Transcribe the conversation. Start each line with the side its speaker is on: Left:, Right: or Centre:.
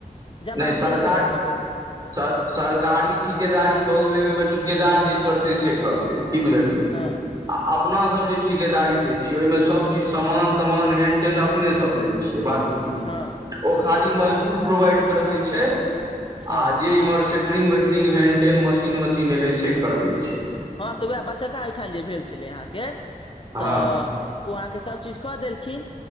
Left: जवाबदेही
Right: नहि सरकारी
Left: वला गप भऽ गेल
Right: स सरकारी ठिकेदारी भऽ गेलै ओहिमे ठिकेदार जे करतै से करतै की बुझलियै
Left: हँ
Right: आ अपना सब जे ठिकेदारी दै छियै ओइ मे सब चीज सामान तमान हेन टेन अपने सब दै छियै बात बुझही
Left: हँ
Right: ओ खाली मजदूर प्रोवाइड करबै छै आ
Left: हँ
Right: जे इम्हर सेट्रिंग वेट ट्रिंग हेंन टेन मशीन वशीन एलै से करबै छी
Left: हँ तऽ उहे बच्चाका एहिठाम जे भेल छलै अहाँके
Right: हँ
Left: तऽ ओ अहाँके सभ चीज कऽ देलखिन